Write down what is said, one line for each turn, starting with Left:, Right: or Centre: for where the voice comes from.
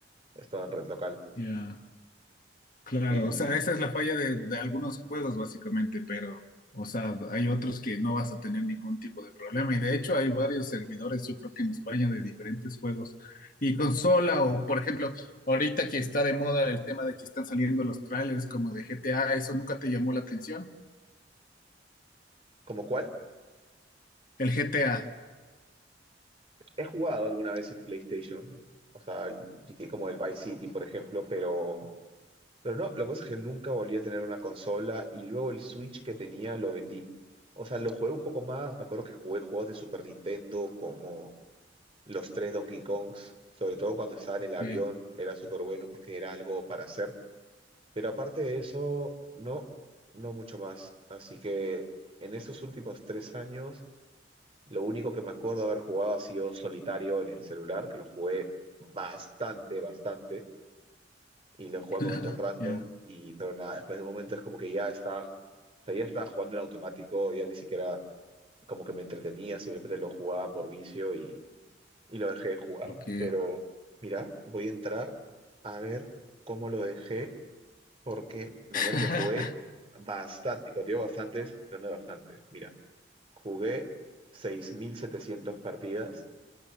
Right: es todo en red local.
Left: Ya. Claro,
Right: ¿Y
Left: o sea, esa es la falla de, de algunos juegos básicamente, pero, o sea, hay otros que no vas a tener ningún tipo de problema y de hecho hay varios servidores, yo creo que en España de diferentes juegos y consola o, por ejemplo, ahorita que está de moda el tema de que están saliendo los trailers como de GTA, ¿eso nunca te llamó la atención?
Right: como cuál?
Left: El GTA.
Right: He jugado alguna vez en PlayStation, o sea, el GTA como el Vice City, por ejemplo, pero, pero no, lo que pasa es que nunca volví a tener una consola y luego el Switch que tenía lo vendí. O sea, lo jugué un poco más, me acuerdo que jugué juegos de Super Nintendo como los tres Donkey Kongs, sobre todo cuando estaba en
Left: Ok,
Right: el avión, era súper bueno porque era algo para hacer, pero aparte de eso, no, no mucho más. Así que en estos últimos tres años... Lo único que me acuerdo haber jugado ha sido solitario en el celular, que lo jugué bastante, bastante, y lo jugué
Left: <laughs>
Right: en momentos random,
Left: ya,
Right: y pero nada, después de un momento es como que ya estaba, o sea, ya estaba jugando en automático, ya ni siquiera como que me entretenía, simplemente lo jugaba por vicio y, y lo dejé de jugar.
Left: ok.
Right: Pero mira, voy a entrar a ver cómo lo dejé, porque me
Left: <laughs>
Right: acuerdo que jugué bastante, y cuando digo bastantes, son de bastantes. Mira, jugué 6.700 partidas